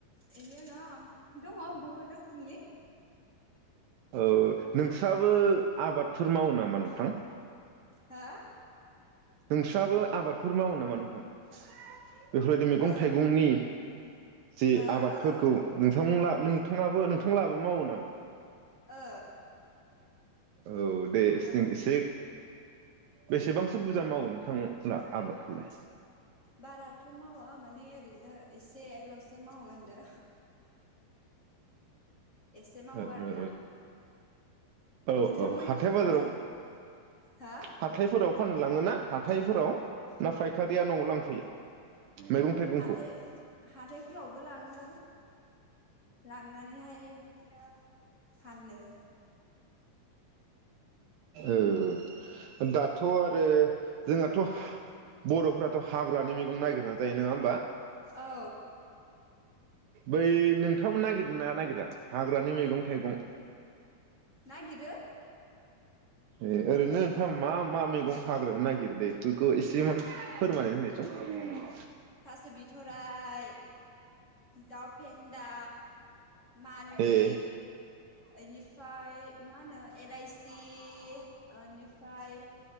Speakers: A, on the left; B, on the right.
A: बेनि उवायाव दङ बहुद रोखोमनि
B: औ नोंस्राबो आबादफोर मावो नामा नोंथां?
A: हो?
B: नोंस्राबो आबादफोर मावो नामा नोंथां? बेफोरबायदि मैगं
A: ओ
B: थाइगंनि। जे
A: हो
B: आबादफोरखौ
A: ओ
B: नोंथांमोनहा नोंथाङाबो नोंथां लाबो मावो नामा?
A: ओ।
B: औ दे जों
A: औ
B: एसे बेसेबांसो बुरजा मावो नोंथांला आबादखौलाय?
A: बाराथ' मावा माने ओरैनो एसेल'सो मावो ओनदो। एसे मावो
B: ओ
A: आरोना।
B: ओ औ
A: नोंथांमोन
B: औ हाथाय बाजाराव
A: नों
B: <inaudible>
A: हो
B: हाथायफोराव फाननो लाङोना हाथायफोराव ना फायखारिया न'आव लांफैयो मैगं थाइगंखौ
A: हाथाय हाथायफोरावबो लाङो। लांनानै नैहाहाय बिदिनो फाननो।
B: ओ दाथ' आरो जोंनाथ' बर'फोराथ' हाग्रानि मैगं नागिरना जायो नङा होमबा?
A: औ
B: बै नोंथाङाबो नागिर ना नागिरा हाग्रानि मैगं थाइगं?
A: नागिरो।
B: ए ओरैनो नोंथां मा मा मेगं हाग्रायावनो नागिरो दे इफोरखौ एसेमान फोरमायनानै होनायसं?
A: थास' बिथ'राइ दाउ फेन्दा मानदे
B: ए
A: ओनिफाय मा होनो एलाइसि ओनिफ्राय